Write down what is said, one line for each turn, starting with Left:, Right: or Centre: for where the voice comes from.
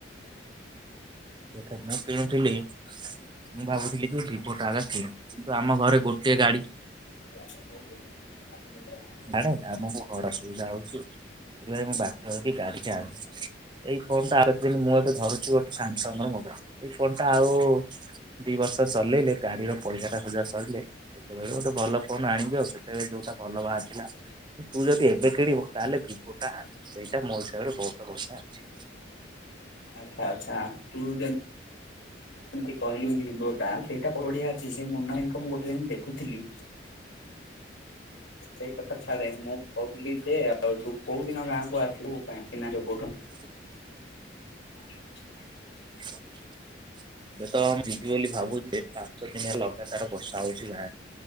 Right: ଦେଖ ମୁଁ କିଣୁଥିଲି ମୁଁ ଭାବୁଥିଲି ଯେ ଭିଭୋ ଟା ଆଗ କିଣିବି କିନ୍ତୁ ଆମ ଘରେ ଗୋଟେ ଗାଡି।
Left: <unintelligible>
Right: ମାନେ ଆମକୁ ବଡ ଅସୁବିଧା ହଉଚି ସେଥିପାଇଁ ମୁଁ ବାଧ୍ୟ ହେଉଛି ଗାଡି ଟେ ଆଣିଲି। ଏଇ ଫୋନ୍ ଟା ଆଉ କେତେଦିନ ମୁଁ ଏବେ ଧରୁଛି ଗୋଟେ ସାମସଙ୍ଗ ର ମୋବାଇଲ। ଏଇ ଫୋନ ଟା ଆଉ ଦି ବର୍ଷ ଚଲେଇଲେ ଗାଡିର ପଇସାଟା ଶୁଜା ସରିଲେ ସେତେବେଳେ ଗୋଟେ ଭଲ ଫୋନ ଆଣିବି ଆଉ। ସେତେବେଳେ ଯୋଉଟା ବ ହେଲା ତୁ ଯଦି ଏବେ କିଣିବୁ ତାହେଲେ ବିବୋ ଟା ଆଣେ ସେଇଟା ମୋ ବହୁତ ବର୍ଷା ଅଛି।
Left: ଆଚ୍ଛା ଆଚ୍ଛା। ତୁ ଯେମି ଯେମିତି କହିଲୁ <unintelligible> ସେଇଟା ବଢିଆ ଅଛି। ସେ ମୁନା ଭାଇଙ୍କୁ ମୁଁ ଗୋଟେ ଦିନ ଦେଖୁଥିଲି- ସେଇ କଥା ଛାଡେ। ମୁଁ କହୁଥିଲି ଯେ ଆଉ ତୁ କୋଉ ଦିନ ଗାଁ କୁ ଆସିବୁ? କାହିଁକି ନା ଏବେଠୁ
Right: <inaudible>
Left: <inaudible>
Right: <inaudible> ଏବେ ତ ମୁଁ ଯିବି ବୋଲି ଭାବୁଚି। ପାଞ୍ଚ ଦିନ ଲଗାତାର ବର୍ଷା ହଉଚି ଗାଁ ରେ